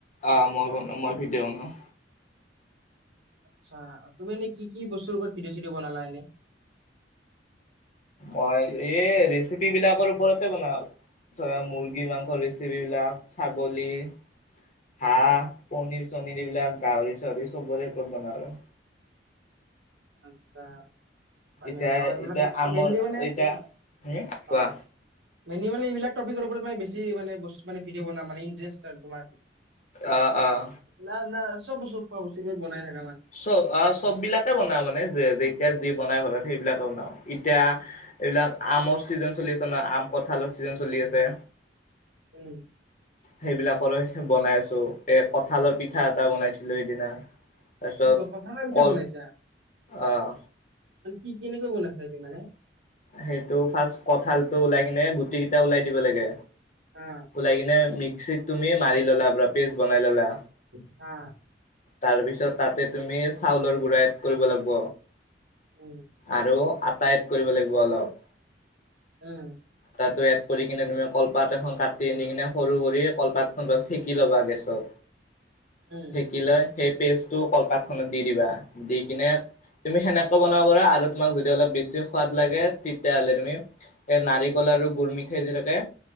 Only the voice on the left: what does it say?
আহ মই বনা মই ভিডিঅ বনাওঁ
মই এই ৰেচিপি বিলাকৰ ওপৰতে বনাও ধৰা মুৰ্গী মাংসৰ ৰেচিপি বিলাক ছাগলী <unintelligible> হাঁহ
পনিৰ চনিৰ এইবিলাক গাহৰি চাহৰি সবৰেপৰত বনাওঁ আৰু <unintelligible>
এতিয়া
এতিয়া আমৰ
এতিয়া হম কোৱা
আহ আহ
চব অ চব বিলাকে বনাও মানে যে যে এতিয়া যি বনাই ঘৰত সেইবিলাকে বনাও এতিয়া এইবিলাক আমৰ চিজন চলি আছে নহ আম কঁঠালৰ ছিজন চলি আছে
সেইবিলাকৰে বনাই আছো এ কঁঠালৰ পিঠা এটা বনাইছিলো সেইদিনা তাৰপিছত
কল
আহ
সেইটো ফাৰ্ষট কঠালতটো ওলাই কিনে গুটি কেইটা উওলাই দিব লাগে।
ওলাই কিনে মিক্সিত তুমি মাৰি ললা পৰা পেষ্ট বনাই ললা।
তাৰপিছত তাতে তুমি চাউলৰ গুড়া এড কৰিব লাগিব।
আৰু আটা এড কৰিব লাগিব অলপ।
টো এড কৰি কিনে তুমি কলপাত এখন কাটি আনি কিনে সৰু কৰি কলপাত। পন্দছ শিকি ল'বা গেছত।
সেকি লৈ সেই পেজটো কলপাত খনত দি দিবা দি কিনে তুমি সেনেকো বনাব পাৰা আৰু তোমাক যদি অলপ বেছি সোৱাদ লাগে তেতিয়াহ'লে তুমি এ নাৰিকলৰ। আৰু গোল মিঠাই যি থাকে।